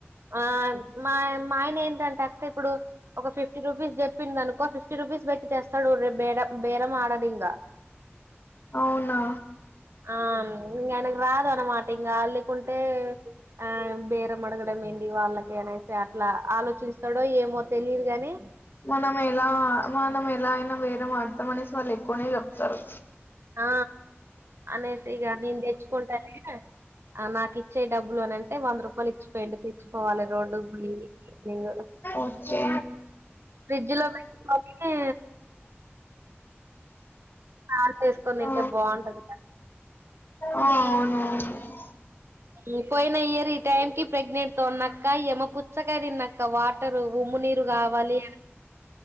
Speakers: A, on the right (about 70°); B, on the left (about 50°).
A: ఆ మా మా ఆయన ఏంటంటే. చెక్క. ఇప్పుడు ఒక ఫిఫ్టీ రూపీస్ చె. ప్పిందనుకో ఫిఫ్టీ రూపీస్ బెట్టి తెస్తాడు, రె బేడ బేరమాడడింగ.
B: అవున.
A: ఆ ఇంగయనకు రాదు అన్నమాట ఇంగ అ లేకుంటే ఆ బేరం అడగడం ఏంది వాళ్ళకి అనేసి అట్లా ఆలోచింస్తడో ఏమో తెలిదు గని.
B: మనం ఎలా మనం ఎలా ఐనా వేర మాడ్ తమనేసి వాళ్ళు ఎక్కోనే జెప్తరు.
A: ఆ అనేస్ ఇగ నేన్ దెచ్చుకుంటలే. అ నాకిచ్చే డబ్బులు అనంటే వంద రూపాలు ఇచ్ పోయిండు, తెచ్చుకోవాలే రోడ్ కు బోయి ఇగ.
B: ఓకే.
A: ఫ్రిడ్జ్ లో పెట్టుకొనీ ఆ కోసుకొని దింటే
B: ఆ!
A: బావుంటది.
B: ఆ, అవునవును.
A: ఉ పోయిన ఇయర్ ఈ టైం కి ప్రెగ్నెంట్ తో ఉన్న అక్క, ఇయమ పుచ్చకాయ దిన్నక్క వాట్ రు ఉమ్ము నీరు గావాలి